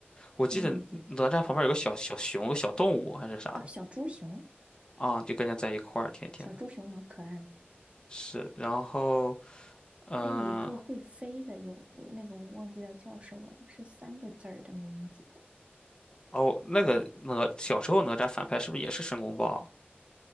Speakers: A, on the left; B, on the right.
A: 我记得哪吒旁边有个小小熊、
B: 仙女姐姐
A: 小动物还是啥的
B: 啊，小猪熊，
A: 啊，就跟着在一块儿，天天的。
B: 小猪熊老可爱了。
A: 是，然后，嗯、
B: 还有一个会飞的，有那个我忘记了叫什么了是三个字儿的名字的。
A: 哦，那个哪小时候哪吒反派是不是也是申公豹啊？